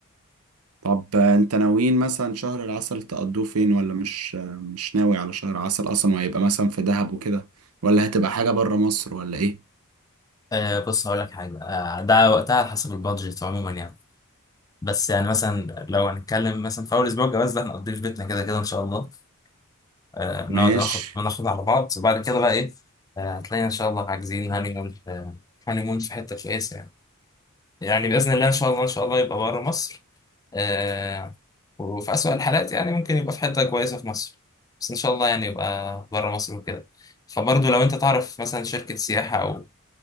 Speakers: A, on the right (about 80°); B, on the left (about 15°).
A: طب آه، انت ناويين مثلا شهر العسل تقضوه فين ولا مش آه، مش ناوي على شهر عسل اصلا وهيبقى مثلا في دهب وكده ولا هتبقى حاجة بره مصر ولا ايه
B: أه بص هقول لك حاجه آه، ده وقتها على حسب البادجت عموما يعني بس يعني مثلا لو هنتكلم مثلا في اول اسبوع جواز ده هنقضيه في بيتنا كده كده ان شاء الله آه نقعد
A: ماشي
B: ناخد ناخد على بعض وبعد كده بقى ايه آه هتلاقينا ان شاء الله عاجزين هاني مون في هاني مون في حته كويسه يعني يعني باذن الله ان شاء الله ان شاء الله يبقى بره مصر آه وفي اسوأ الحالات يعني ممكن يبقى في حته كويسه في مصر بس ان شاء الله يعني يبقى بره مصر وكده فبرضه لو انت تعرف مثلا شركه سياحه او